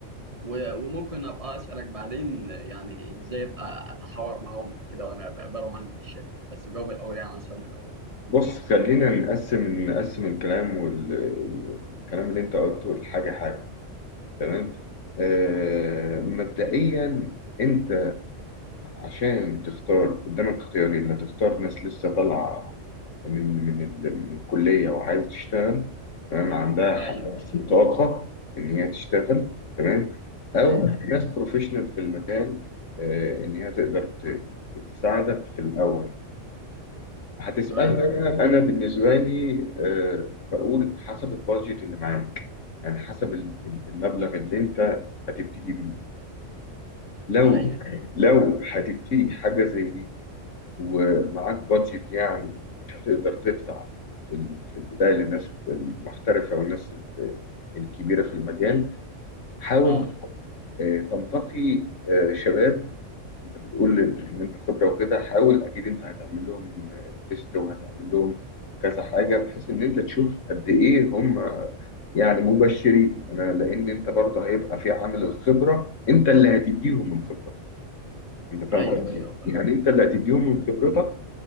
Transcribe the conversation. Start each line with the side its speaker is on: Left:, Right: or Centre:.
Right: و- وممكن ابقى اسالك بعدين يعني ازاي ابقى اتحاور معاهم في كده وانا بقابلهم عندي في الشركه بس جاوب الاول يعني على السؤال الاول
Left: بص خلينا نقسم نقسم الكلام وال- والكلام اللي انت قلته لحاجه حاجه تمام آه مبدئيا انت عشان تختار قدامك اختيارين هتختار ناس لسه طالعه من من ال- من الكليه وعايزه تشتغل تمام عندها
Right: ايوه
Left: حق- طاقه ان هي تشتغل تمام او
Right: ايوه
Left: ناس بروفيشنال في المجال آه ان هي تقدر ت- تساعدك في الاول هتسألني
Right: ايوه
Left: أنا أنا بالنسبة لي آه، بقول حسب البادجت اللي معاك يعني حسب ال- ال- المبلغ اللي أنت هتبتدي بيه لو
Right: ايوه
Left: لو هتبتدي حاجة زي دي ومعاك بادجت يعني مش هتقدر تدفع في ال- في البداية للناس المحترفة والناس ال- الكبيرة في المجال حاول
Right: اه
Left: آه، تنتقي آه، شباب انت بتقول ان إن انت خبره وكده حاول اكيد انت هتعمل لهم تيست وهتعمل لهم كذا حاجه بحيث ان انت تشوف قد ايه هم يعني مبشرين انا لان انت برضه هيبقى في عامل الخبره انت اللي هتديهم من خبرتك انت فاهم
Right: ايوه
Left: قصدي
Right: ايوه
Left: إيه؟
Right: فعلا.
Left: يعني انت اللي هتديهم من خبرتك